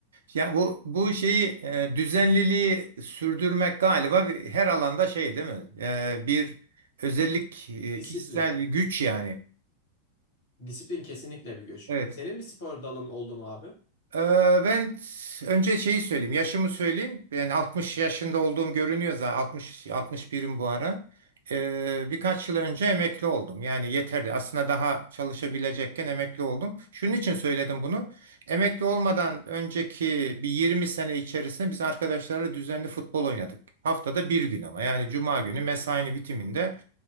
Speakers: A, on the right; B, on the left.
A: Ya bu bu şeyi e, düzenliliği sürdürmek galiba bir- her alanda şey değil mi? E, bir özellik, e,
B: Disiplin.
A: kişisel bir güç yani.
B: Disiplin kesinlikle bir güç.
A: Evet.
B: Senin bir spor dalın oldu mu abi?
A: Ee, Ben önce şeyi söyleyeyim, yaşımı söyleyeyim. Yani 60 yaşında olduğum görünüyor zaten. 60 61'im bu ara. Ee, birkaç yıl önce emekli oldum. Yani yeterli. Aslında daha çalışabilecekken emekli oldum. Şunun için söyledim bunu. Emekli olmadan önceki bir 20 sene içerisinde biz arkadaşlarla düzenli futbol oynadık. Haftada bir gün ama yani cuma günü mesainin bitiminde